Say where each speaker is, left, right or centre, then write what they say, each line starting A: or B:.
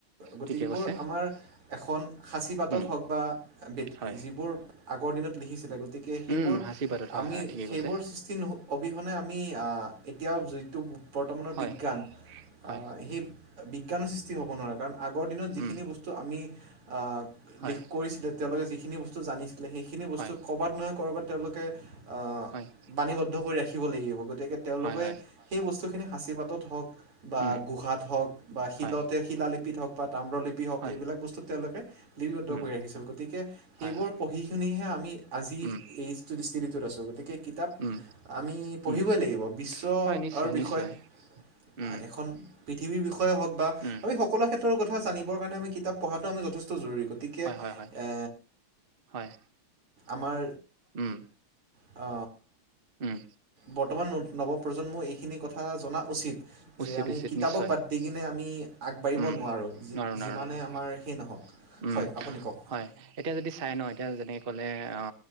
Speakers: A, on the right; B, on the right.
A: গতিকে
B: ঠিকে
A: এইবোৰ
B: কৈছে
A: আমাৰ এখন সাচি পাতত
B: উম
A: হওক বা বিদ
B: হয়
A: যিবোৰ আগৰ দিনত লিখিছিলে গ তিকে সেইবোৰ
B: উম সাঁচি পাতত হয়
A: আমি
B: হয় ঠিকে
A: সেইবোৰ
B: কৈছে
A: সৃষ টি নু অবিহনে আমি আ এতিয়াও <unintelligible> বৰ্তমানৰ
B: হয়
A: বিজ্ঞান আ
B: হয়
A: সেই বিজ্ঞানৰ সৃষ্টি হ'ব নোৱাৰে কাৰণ আগৰ দিনত যিখিনি
B: উম
A: বস টো আমি আ
B: হয়
A: লিখ কৰিছিলোঁ তেওঁলোকে যিখিনি বস্তু জানিছ লে সেইখিনি বস্তু
B: হয়
A: ক'ৰবাত নহয় ক'ৰবাত তেওঁলোকে আ
B: <inaudible>
A: বাণীবদ্ধ কৰি ৰাখিব লাগিব গতিকে তেওঁলোকে
B: হয় হয়
A: সেই বস্তুখিনি সাঁচি পাতত হওক বা
B: উম
A: গুহাত হওক বা শিলতে,
B: হয়
A: শিলালিপিত হওক বা তাম্ৰলিপি হওক
B: হয়
A: এইবিলাক বস্তুত তেওঁলোকে লিপিবদ্ধ
B: উম
A: কৰি ৰাখিছিল গতিকে সেইবোৰ
B: হয় হয়
A: পঢ়ি শুনিহে আমি আজি
B: উম
A: এই স্তোত স্থিতিটোত আছোঁ গতিকে কিতাপ
B: উম
A: আমি পঢ়িবই
B: উম
A: লাগিব, বিশ্বৰ
B: হয় নিশ্চয়
A: বিষয়ে
B: নিশ্চয় উম
A: আ এখন পৃথিৱীৰ বিষয়ে হওক বা
B: উম
A: আমি সকলো ক্ষেত্ৰৰ কথা জানিবৰ কাৰণে আমি কিতাপ পঢ়াটো আমি যথেষ্ট জৰুৰী গ তিকে
B: হয় হয় হয়
A: এ
B: হয়
A: আমাৰ
B: উম
A: আ
B: উম।
A: বৰ্তমান ন নৱপ্ৰজন্মই এইখিনি কথা জনা উচিত। যে
B: উচিত
A: আমি
B: উচিত
A: কিতাপক
B: নিশ্চয়
A: বাদ দি কিনে আমি আগবাঢ়িব
B: উম
A: নোৱাৰোঁ, যি
B: নোৱাৰো নোৱাৰো
A: যিমানে
B: নোৱাৰো।
A: আমাৰ সেই নহওক।
B: উম
A: হয় আপুনি কওক?
B: হয় এতিয়া যদি চাই ন এতিয়া যেনেক কলে অ